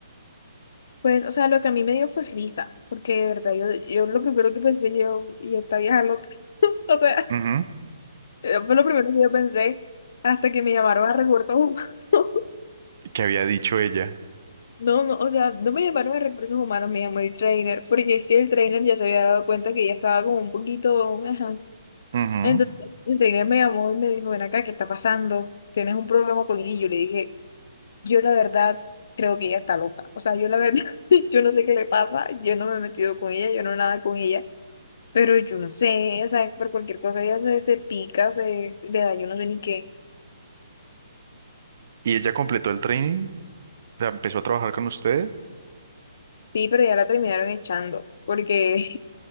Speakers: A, on the left; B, on the right.
A: Pues, o sea, lo que a mí me dio fue risa, porque de verdad, yo, yo lo primero que pensé yo, y esta vieja loca, <laughs> o sea,
B: Ujú,
A: eh, fue lo primero que yo pensé hasta que me llamaron a recursos humanos. <laughs>
B: ¿Qué había dicho ella?
A: No, no, o sea, no me llamaron a recursos humanos, me llamó el trainer, porque es que el trainer ya se había dado cuenta que ya estaba como un poquito, ajá,
B: Ujú.
A: Entonces el trainer me llamó y me dijo, ven acá, ¿qué está pasando? ¿Tienes un problema con ella? Y yo le dije, yo la verdad creo que ella está loca. O sea, yo la verdad, <laughs> yo no sé qué le pasa, yo no me he metido con ella, yo no nada con ella, pero yo no sé, o sea, por cualquier cosa ella se, se pica, se le da, yo no sé ni qué.
B: Y ella completó el training, o sea, empezó a trabajar con usted.
A: Sí, pero ya la terminaron echando, porque